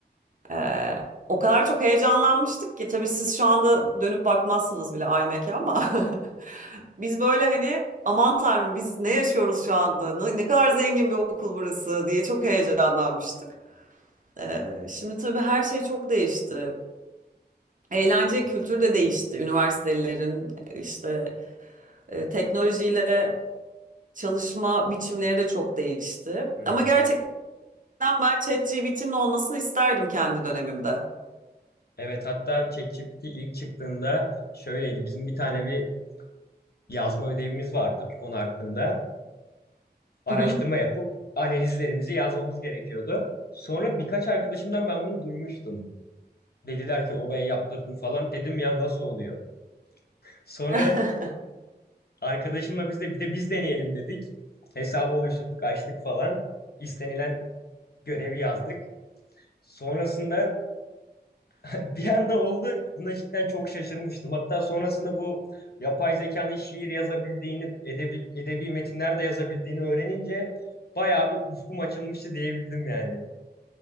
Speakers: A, on the right; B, on the left.
A: Ee, o kadar çok heyecanlanmıştık ki tabii siz şu anda dönüp bakmazsınız bile iMac'e ama <laughs> biz böyle hani aman tanrım biz ne yaşıyoruz şu anda ne, ne kadar zengin bir okul burası diye çok heyecanlanmıştık. Ee, şimdi tabii her şey çok değişti. Eğlence
B: Hı hı.
A: kültürü de değişti. Üniversitelerin işte e, teknolojiyle çalışma biçimleri de çok değişti.
B: Hı hı.
A: Ama gerçekten ben ChatGPT'nin olmasını isterdim kendi dönemimde.
B: Evet hatta ChatGPT ilk çıktığında şöyleydi. Bizim bir tane bir yazma ödevimiz vardı bir konu hakkında. Araştırma
A: Hı
B: yapıp analizlerimizi yazmamız gerekiyordu. Sonra birkaç arkadaşımdan ben bunu duymuştum. Dediler ki oraya yaptırdım falan. Dedim ya nasıl oluyor? Sonra
A: hı. <laughs>
B: arkadaşımla biz de bir de biz deneyelim dedik. Hesabı oluşturduk, açtık falan. İstenilen görevi yazdık. Sonrasında <laughs> Bir anda oldu. Buna cidden çok şaşırmıştım. Hatta sonrasında bu yapay zekanın şiir yazabildiğini, edebi, edebi metinler de yazabildiğini öğrenince bayağı bir ufkum açılmıştı diyebildim yani.